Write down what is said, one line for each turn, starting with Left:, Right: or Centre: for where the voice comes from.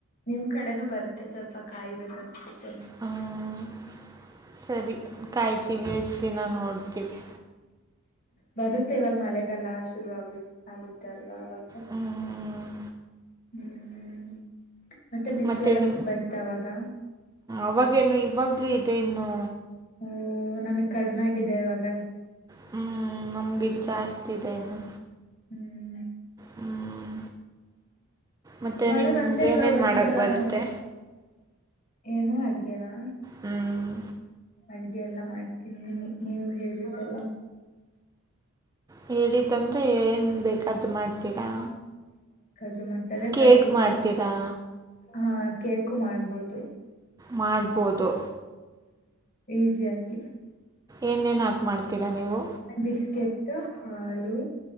Left: ನಿಮ್ ಕಡೆನೂ ಬರುತ್ತೆ ಸ್ವಲ್ಪ ಕಾಯಿಬೇಕ ಅನ್ಸುತ್ತೆ
Right: ಹ್ಮ್ ಸರಿ ಕಾಯ್ತೀವಿ ಎಷ್ಟ ದಿನ ನೋಡ್ತೀವಿ
Left: ಬರುತ್ತೆ ಇವಾಗ ಮಳೆೆಗೆಲ್ಲ ಶುರು ಆಗು ಆಗುತ್ತೆ ಅಲ್ವಾ ಅವವಾಗ <inaudible>
Right: ಹ್ಮ್
Left: ಹ್ಮ್ ಬಿಸ್ಲೆಲ್ಲಾ
Right: ಮತ್ತೆ ನಿಮ
Left: ತುಂಬಾ ಇತ್ತ ಅವಾಗ
Right: ಅವಾಗೇನು ಇವಾಗ್ಲುೂ ಇದೆ ಇನ್ನು
Left: ಓ ನಮಗ್ ಕಡಿಮೆ ಆಗಿದೆ ಇವಾಗ
Right: ಹ್ಮ್ ನಮ್ಗ
Left: ಬಿಸ್ಲು
Right: ಇಲ್ ಜಾಸ್ತಿ ಇದೆ ಇನ್ನು
Left: ಹ್ಮ್
Right: ಹ್ಮ್ ಮತ್ತೆ
Left: ಮಳೆ
Right: ನಿಮ್ಗೆ
Left: ಬಂದೇ ಇಲ್ವಾ
Right: ಏನೇನು
Left: ಒಂದ್ಸಲಾನೂ
Right: ಮಾಡಕ್ಕೆ ಬರುತ್ತೆ
Left: ಏನು ಅಡ್ಗೇನಾ
Right: ಹ್ಮ್
Left: ಅಡ್ಗೆ ಎಲ್ಲ ಮಾಡ್ತೀನಿ ನಿ ನೀವು ಹೇಳಿದ್ದೆಲ್ಲ
Right: ಹೇಳಿದ್ದಂತ ಅೆ ಏನ್ ಬೇಕಾದು ಮಾಡ್ತೀರಾ
Left: ಂ ಅ್ರೆ ಫೈವ್
Right: ಕೇಕ್
Left: ಸ್ಟಾರ್
Right: ಮಾಡ್ತೀರಾ
Left: ಹ ಕೇಕು ಮಾಡ್ಬೋದು.
Right: ಮಾಡ್ಬೋದು.
Left: ಈಸಿ ಆಗಿ
Right: ಏನೇನ್ ಹಾಕ್ ಮಾಡ್ತೀರಾ ನೀವು?
Left: ಬಿಸ್ಕೆಟ್, ಹಾಲು